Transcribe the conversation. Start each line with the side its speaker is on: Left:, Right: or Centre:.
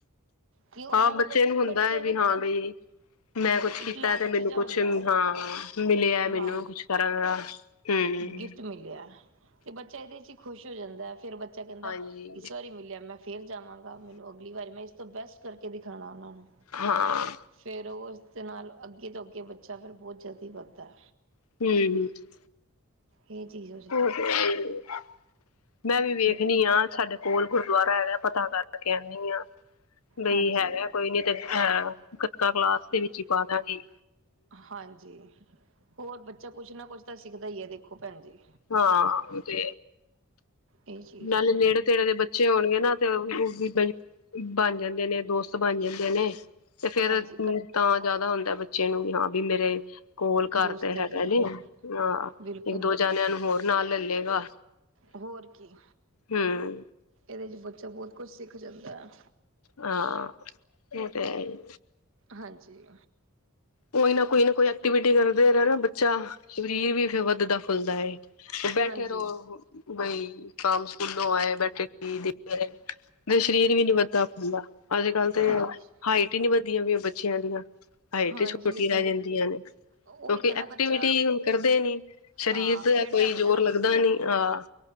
Right: ਕਿ ਉਹਨਾਂ
Left: ਹਾਂ। ਬੱਚੇ
Right: ਬ
Left: ਨੂੰ ਹੁੰਦਾ
Right: ਬੱਚੇ
Left: ਹੈ
Right: ਨੂੰ
Left: ਵੀ
Right: ਇੱਕ
Left: ਹਾਂ। ਬਈ, ਮੈਂ ਕੁਛ
Right: ਇੱਕ
Left: ਕੀਤਾ
Right: ਲਾਲਚ
Left: ਤੇ ਮੈਨੂੰ
Right: ਜਿਹਾ
Left: ਕੁਛ,
Right: ਹੁੰਦਾ ਹੈ
Left: ਹਾਂ। ਮਿਲਿਆ
Right: ਹਾਂ
Left: ਮੈਨੂੰ ਕੁਛ ਕਰਨ ਦਾ। ਹਮ
Right: ਗਿਫਟ ਮਿਲਿਆ। ਤੇ ਬੱਚਾ ਇਹਦੇ ਚ' ਹੀ ਖੁਸ਼ ਹੋ ਜਾਂਦਾ ਹੈ। ਫੇਰ ਬੱਚਾ ਕਹਿੰਦਾ।
Left: ਹਾਂਜੀ
Right: ਇਸ ਵਾਰੀ ਮਿਲਿਆ ਮੈਂ ਫੇਰ ਜਾਵਾਂਗਾ ।ਮੈਨੂੰ ਅਗਲੀ ਵਾਰੀ ਮੈਂ ਇਸ ਤੋਂ ਬੈਸਟ ਕਰਕੇ ਦਿਖਾਉਣਾ ਉਹਨਾਂ ਨੂੰ।
Left: ਹਾਂ।
Right: ਫਿਰ ਉਹ ਉਸ ਦੇ ਨਾਲ ਅੱਗੇ ਤੋਂ ਅੱਗੇ ਬੱਚਾ ਫਿਰ ਬਹੁਤ ਜਲਦੀ ਵੱਧਦਾ।
Left: ਹੂੰ- ਹੂੰ।
Right: ਇਹ ਚੀਜ਼
Left: ਹੋ ਤੇ ਹੈ ਹੀ ਏ। ਮੈਂ ਵੀ ਵੇਖਣੀ
Right: ਬਿਲਕੁਲ
Left: ਹਾਂ। ਸਾਡੇ ਕੋਲ ਗੁਰਦੁਆਰਾ ਹੈਗਾ ਪਤਾ ਕਰਕੇ ਆਦੀ ਹਾਂ। ਬਈ
Right: ਹਾਂਜੀ
Left: ਹੈਗਾ। ਕੋਈ ਨੀ ਤੇ ਅਹ ਖਤਕਾ ਕਲਾਸ ਦੇ ਵਿੱਚ ਹੀ ਪਾ ਦਾਂਗੇ।
Right: ਹਾਂਜੀ ।ਹੋਰ ਬੱਚਾ ਕੁਛ ਨਾ ਕੁਛ ਤਾਂ ਸਿੱਖਦਾ ਹੀ ਹੈ। ਦੇਖੋ, ਭੈਣ ਜੀ।
Left: ਹਾਂ। ਤੇ
Right: ਇਹ ਚੀਜ਼
Left: ਨਾਲ
Right: ਹੈ
Left: ਨੇੜ ਤੇੜੇ ਦੇ ਬੱਚੇ ਹੋਣਗੇ ਨਾ ਤੇ ਉਹ ਵੀ ਬਣ ਜਾਂਦੇ ਨੇ, ਦੋਸਤ ਬਣ ਜਾਂਦੇ ਨੇ। ਤੇ ਫੇਰ
Right: ਹਾਂਜੀ ਕ
Left: ਤਾਂ ਜ਼ਿਆਦਾ ਹੁੰਦਾ ਬੱਚੇ ਨੂੰ ਵੀ ਹਾਂ, ਵੀ ਮੇਰੇ ਕੋਲ ਕਰ
Right: ਦੋਸਤ
Left: ਤੇ ਹੈਗਾ
Right: ਹੈਗੇ ਨੇ
Left: ਨ। ਹਾਂ।
Right: ਬਿਲਕੁਲ
Left: ਇੱਕ -ਦੋ ਜਣਿਆਂ ਨੂੰ ਹੋਰ ਨਾਲ ਲੈਲੇੇਗਾ।
Right: ਹੋਰ ਕੀ।
Left: ਹਮ।
Right: ਇਹਦੇ ਚ' ਬੱਚਾ ਬਹੁਤ ਕੁਛ ਸਿੱਖ ਜਾਂਦਾ ਹੈ।
Left: ਹਾਂ। ਉਹ ਤੇ ਹੈ ਏ।
Right: ਹਾਂਜੀ।
Left: ਉਹ ਨਾ ਕੋਈ ਨਾ ਕੋਈ ਐਕਟੀਵਿਟੀ ਕਰਦੇ ਨਾ ਬੱਚਾ, ਸਰੀਰ ਵੀ ਫ ਵੱਧਦਾ- ਫੁੱਲਦਾ ਹੈ। ਬੈਠੇ
Right: ਹਾਂਜੀ
Left: ਰਹੋ। ਬਈ, ਕੰਮ ਸਕੂਲੋਂ ਆਏ ਬੈਠੇ ਤੇ, ਸਰੀਰ ਵੀ ਨੀ ਵਧਦਾ ਪੈਂਦਾ। ਅੱਜ ਕੱਲ ਤੇ
Right: ਹਾਂਜੀ
Left: ਹਾਈਟ ਹੀ ਨੀ ਵੱਧਦੀਆ ਵੀਈਆਂ ਬੱਚਿਆਂ ਦੀਆਂ। ਹਾਈਟ
Right: ਹਾਂਜੀ
Left: ਛੁੱਟੀ
Right: ਇਹ ਤਾਂ
Left: ਰਹਿ ਜਾਂਦੀਆਂ ਨੇ <unintelligible>
Right: ਉਹੀ
Left: ਕਿਉਂਕਿ
Right: ਤਾਂ ਨਾ
Left: ਐਕਟੀਵਿਟੀ
Right: ਬੱਚਾ
Left: ਕਰਦੇ ਨੀ। ਸਰੀਰ
Right: ਹਾਂ
Left: ਦਾ
Right: ਖੇਡਦਾ
Left: ਕੋਈ
Right: ਨੀ
Left: ਜ਼ੋਰ
Right: ਨਾ
Left: ਲੱਗਦਾ ਨੀ। ਹਹ।